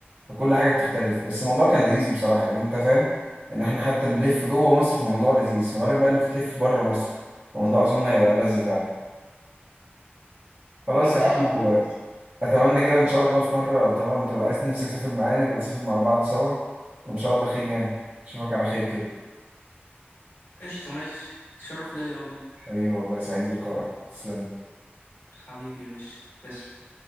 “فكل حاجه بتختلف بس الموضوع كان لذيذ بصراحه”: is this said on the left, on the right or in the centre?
Right